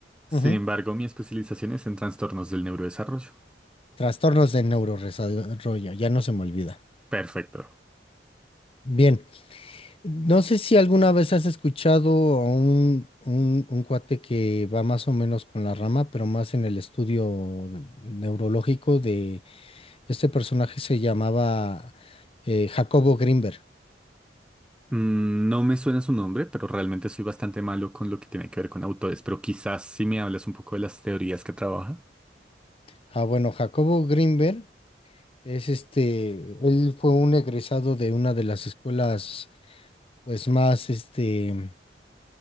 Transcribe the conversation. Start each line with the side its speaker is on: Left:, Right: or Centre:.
Centre: sin
Left: <laughs>
Centre: embargo, mi especialización es en trastornos del neurodesarrollo.
Left: Trastornos de neurodesarrollo, ya no se me olvida.
Centre: Perfecto.
Left: Bien, no sé si alguna vez has escuchado a un, un, un cuate que va más o menos con la rama, pero más en el estudio neurológico de este personaje se llamaba eh, Jacobo Grinberg.
Centre: Mm, No me suena su nombre, pero realmente soy bastante malo con lo que tiene que ver con autores, pero quizás si me hablas un poco de las teorías que trabaja.
Left: Ah, bueno, Jacobo Grinberg es este, él fue un egresado de una de las escuelas, pues más este,